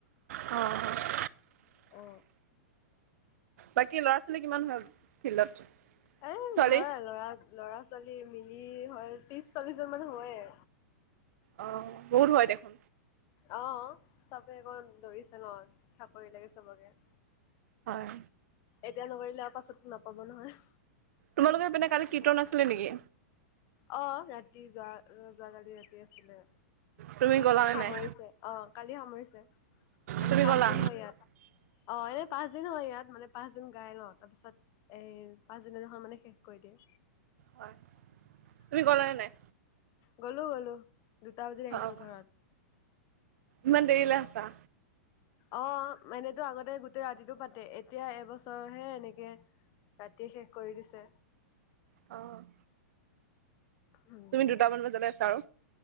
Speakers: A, on the right; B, on the left.
A: অ'।
B: অ
A: বাকী ল'ৰা-ছোৱালী কিমান হয় ফিল্ডত?
B: এ
A: ছোৱালী,
B: হয় ল'ৰা, ল'ৰা-ছোৱালী মিলি হয় ত্ৰিশ চল্লিশজন মান হয়।
A: অ', বহুত হয় দেখোন।
B: অ', চবে অকণ দৌৰিছে ন চাকৰি লাগে চবকে।
A: হয়।
B: এতিয়া নকৰিলে আৰু পাছত নাপাব নহয়।
A: তোমালোকৰ সেইপিনে কালি কীৰ্তন আছিলে নেকি?
B: অ' ৰাতি যোৱা যোৱাকালি ৰাতি আছিলে।
A: তুমি গ'লা নে
B: সামৰিছে,
A: নাই?
B: অ' কালি সামৰিছে এনে
A: তুমি
B: পাঁচ
A: গ'লা?
B: দিন হয় ইয়াত। অ', এনেই পাঁচ দিন হয় ইয়াত, মানে পাঁচ দিন গায় ন, তাৰ পিছত এই, পাচদিনা দিনাখন মানে শেষ কৰি দিয়ে।
A: হয়, তুমি
B: উম
A: গ'লা নে নাই?
B: গ'লো, গ'লো দুটা বজাত আহিছো
A: অ',
B: ঘৰত।
A: ইমান দেৰীলে আছা?
B: অ', মানেটো আগতে গোটেই ৰাতিতটো পাতে, এতিয়া এবছৰহে এনেকে ৰাতিয়ে শেষ কৰি দিছে।
A: অ'।
B: উম,
A: তুমি দুটামান বজালে আছ আৰু।